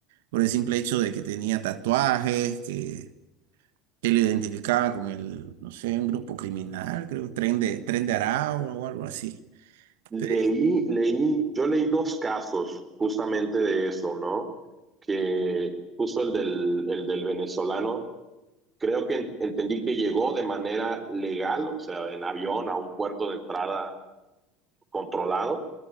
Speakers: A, on the right; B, on the right.
A: por el simple hecho de que tenía tatuajes, que y lo identificaba con el, no sé, un grupo criminal, creo, Tren de, Tren de Aragua o algo así.
B: Leí,
A: Pe-
B: leí, yo leí dos casos justamente de eso, ¿no? Que justo el del, el del venezolano, creo que entendí que llegó de manera legal, o sea, en avión a un puerto de entrada controlado